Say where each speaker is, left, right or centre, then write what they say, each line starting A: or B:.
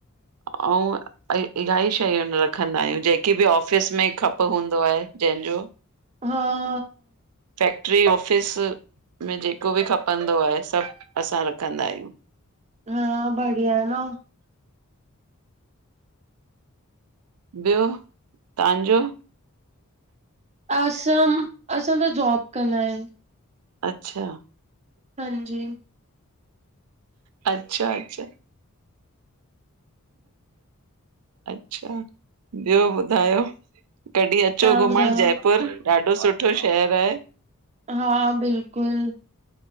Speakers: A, on the right; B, on the right.
A: अऊं अ इल्हाई शयूं रखंदा आहियूं, जेकी बि ऑफ़िस में खप हूंदो आहे जंहिंजो।
B: हा।
A: फैक्ट्री ऑफिस में जेको बि खपंदो आहे, सभु असां रखंदा आहियूं
B: हा बढ़िया ए न।
A: ॿियो तव्हांजो?
B: असांम, असां त जॉब कंदा आहिन।
A: अच्छा।
B: हांजी।
A: अच्छा अच्छा। अच्छा, ॿियो ॿुधायो? कॾी अचो
B: तव्हां
A: घुमण
B: ॿुधायो
A: जयपुर, ॾाढो सुठो शहरु आहे।
B: हा बिल्कुल।